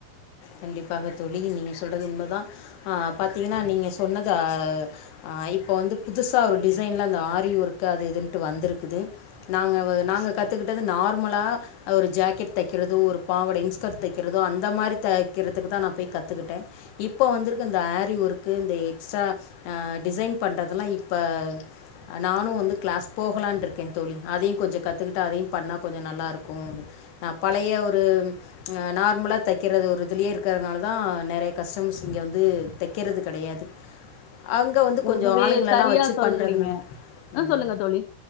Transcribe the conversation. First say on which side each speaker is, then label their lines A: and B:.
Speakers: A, on the left; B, on the left.
A: கண்டிப்பாக தோழி நீங்க சொல்றது உண்மதா ஆ பாத்தீங்கன்னா நீங்க சொன்னது ஆ ஐ இப்ப வந்து புதுசா ஒரு டி சைன்ல அந்த ஆரி ஒர்க்கு அது இதுன்ட்டு வந்திருக்குது நாங்க வ நாங்க கத்துக்கிட்டது நார்மலா அத ஒரு ஜாக்கெட் தக்கிறதோ ஒரு பாவட இன்ஸ் கட் தக்கிறதோ அந்த மாரி தக் கிறதுக்கு தா நா போய் கத்துக்கிட்டே இப்போ வந்திருக்க இந்த ஆரி ஒர்க்கு இந்த எக்ஸ்ட்டா ஆ டிசைன் பண்றதுலா இப்ப நானு வந் து க்ளாஸ் போகலான்ருக்கே தோழி அதையு கொஞ்சோ கத்துக்கிட்டா அதையு பண்ணா கொஞ்சோ நல்லாருக்கு நா பழை ய ஒரு ஆ நார்மலா தைக்கறது ஒரு இதுலயே இருக்கறனால தா நெறைய கஸ்டமஸ் இங்க வந்து தக்கறது கெடயாது அங்க வந்து
B: ரொம்பவே
A: கொஞ்சோ ஆளுங்களெல்லா
B: சரியா
A: வச்சு
B: சொல்றீங்க
A: பண்றதுனால
B: ஆ
A: ம்
B: சொல்லுங்க தோழி